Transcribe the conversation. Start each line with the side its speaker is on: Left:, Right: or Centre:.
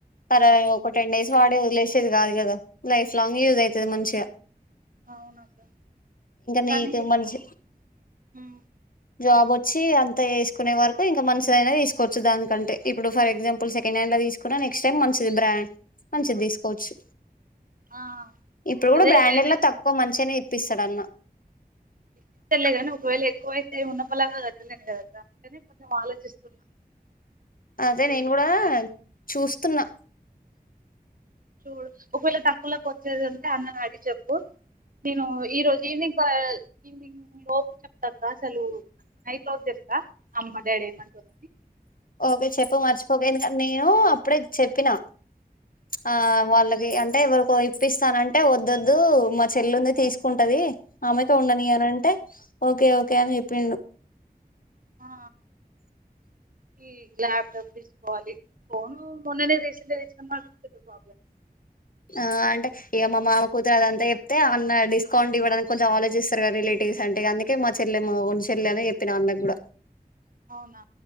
Left: సర ఒక టెన్ డేస్ వాడి ఒదిలేసేది కాదు కదా లైఫ్ లాంగ్ యూజ్ ఐతది మంచిగ
Right: అవునక్క
Left: నీకు
Right: కానీ
Left: మంచి
Right: ఉమ్,
Left: జాబ్ వచ్చి అంత ఏసుకునే వరకు ఇంకా మంచిదయినా తీసుకోవచ్చు దానికంటే ఇప్పుడు ఫర్ ఎగ్జాంపుల్ సెకండ్ హ్యాండ్ తీసుకున్న నెక్స్ట్ టైమ్ మంచిది బ్రాండ్ మంచిది తీసుకోవచ్చు
Right: ఆ
Left: ఇప్పుడు గడ
Right: అదే
Left: బ్రాండెడ్
Right: లేని
Left: ల తక్కువ మంచిగనే పిస్సడన్నా
Right: ఇస్తడ్లేగాని ఒకవేళ ఎక్కువ అయితే ఉన్న పలంగ కాడ్త ఉంకదక్క వెంటనే కొంచెం ఆలోచిస్తున్నా
Left: అదే
Right: అంటే
Left: నేను కూడా చూస్తున్నా
Right: చూడు ఒకవేళ తక్కులోకి వచ్చేదిటే అన్న అడి చెప్ నేను ఈ రోజు ఈవినింగు ఈనింగ్ ఓ చెప్తాక్క అస్సలు నైట్ ఔట్ చేస్తా అమ్మ డాడి ఏమంటారోఅని
Left: ఓకే చెప్పు మర్చిపోకు ఎందుక నేను అప్పుడే చెప్పినా ఆ వాళ్ళగే అంటే ఎవరికో ఇప్పిస్తానంటే వద్దొద్దు మా చెల్లుంది తీసుకుంటది ఆమెతో ఉండనీయ అంటే ఓకే ఓకే అని చెప్పిండు
Right: ఆ ఈ ల్యాప్టాప్ తీసుకోవాలి ఫోను మొన్ననే రీసెంట్గా తీచ్చినం మాత్ర పెద్ద ప్రాబ్లమ్ం
Left: ఆ అంటే ఇక మా మామ కూతురు అదంతా చెప్తే అన్న డిస్కౌంట్ ఇవ్వడానికి కొంచెం ఆలోచిస్తారు కదా రిలేటివ్స్ అంటే అందుకే మా చెల్లి మా మోగన్ చెల్లె అని చెప్పిన ఆ అన్నకు గూడా
Right: అవునా